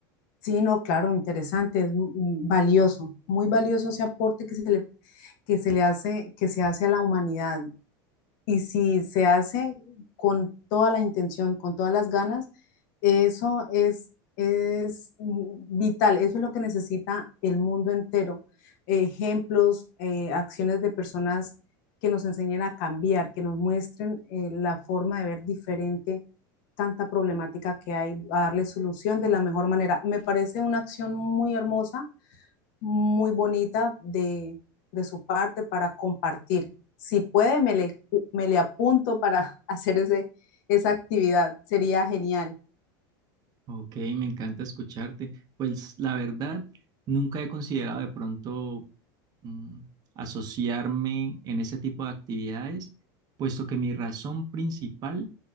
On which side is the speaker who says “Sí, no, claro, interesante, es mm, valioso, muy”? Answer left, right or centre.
Left